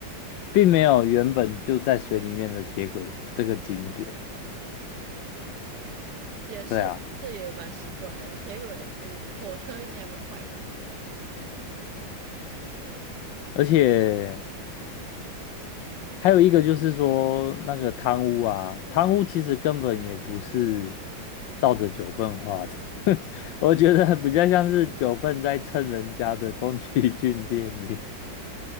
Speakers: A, on the left; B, on the right.
A: 并没有原本就在水里面的铁轨这个景点。
B: 也是，
A: 对啊。
B: 这也蛮奇怪的。铁轨不是火车应该会坏掉。
A: 而且还有一个就是说，那个贪污啊，贪污其实根本也不是照着九份画的，<laughs> 我觉得比较像是九份在蹭人家的宫崎骏电影，